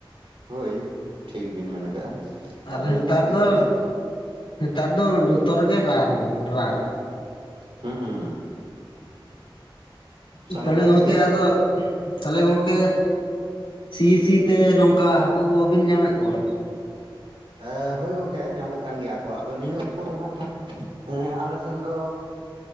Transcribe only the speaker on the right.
ᱦᱳᱭ ᱴᱷᱤᱠ ᱵᱤᱱ ᱢᱮᱱ ᱟᱠᱟᱜᱼᱟ᱾
ᱟᱫᱚ
ᱱᱮᱛᱟᱨ ᱜᱮ
ᱱᱟᱜ ᱠᱷᱟᱱ
ᱦᱮᱸ ᱦᱮᱸ ᱥᱟᱱᱟᱢᱟᱜ
ᱨᱮᱜᱮ ᱨᱟᱱ
ᱮ ᱦᱳᱭ ᱜᱚᱝᱠᱮ ᱧᱟᱢᱚᱜ ᱠᱟᱱ ᱜᱮᱭᱟ ᱠᱚ ᱟᱫᱚ ᱱᱤᱭᱟᱹ ᱚᱠᱛᱚ ᱫᱚ ᱱᱷᱟᱜ ᱠᱷᱟᱱ ᱮᱸ ᱟᱞᱮ ᱥᱮᱱ ᱫᱚ